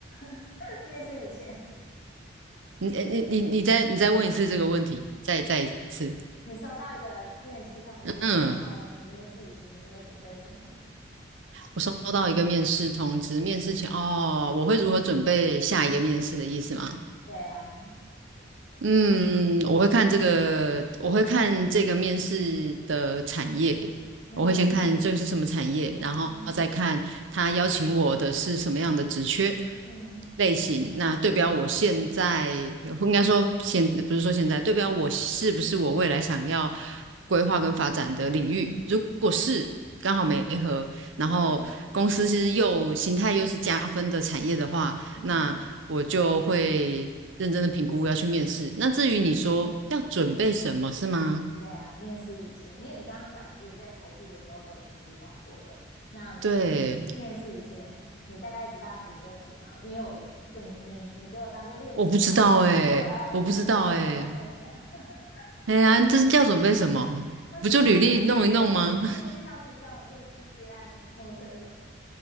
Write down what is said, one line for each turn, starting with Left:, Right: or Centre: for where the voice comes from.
Left: <laughs> 面试以前，
Right: 你呃你你你再你再问一次这个问题，再再一次。
Left: 你收到一个面试通知，
Right: 嗯，
Left: 然后你面试以前你会准备什么？
Right: 我收到一个面试通知，面试前哦，我会如何准备下一个面试的意思吗？
Left: 对啊，
Right: 嗯，我会看这个，我会看这个面试的产业，
Left: 嗯哼，
Right: 我会先看这个是什么产业，然后再看他邀请我的是什么样的职缺
Left: 嗯嗯
Right: 类型，那对标我现在，应该说现，不是说现在，对标我是不是我未来想要规划跟发展的领域，如果是刚好没合，
Left: 嗯
Right: 然后公司是又形态又是加分的产业的话。
Left: 嗯。
Right: 那我就会认真的评估要去面试。那至于你说要准备什么，是吗？
Left: 对啊，面试以前，因为你刚刚讲的，其实在投递的时候都已经思考过了。那那面试以前，
Right: 对，
Left: 你大概知道要准备什么吗？因为我跟你你你给我当做练习好了，
Right: 我不知道哎、
Left: 因为我要跟我也要跟他分享。
Right: 我不知道哎、
Left: <laughs>
Right: 哎呀，这是要准备什么？
Left: 我其实是对
Right: 不就履历弄一弄吗？<laughs>
Left: <laughs> 我其实好紧张，我第一次接案陌生人